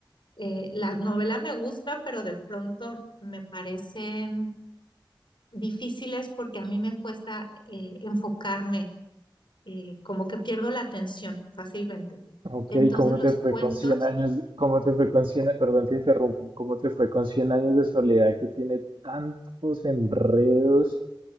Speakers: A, on the left (about 70°); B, on the right (about 75°).
A: Eh, la novela me gusta, pero de pronto me parecen difíciles porque a mí me cuesta eh, enfocarme, eh, como que pierdo la atención fácilmente.
B: Ok,
A: Entonces
B: ¿cómo
A: los
B: te fue
A: cuentos,
B: con 100 años? ¿Cómo te fue con 100? perdón, te interrumpo, ¿cómo te fue con cien años de soledad que tiene tantos enredos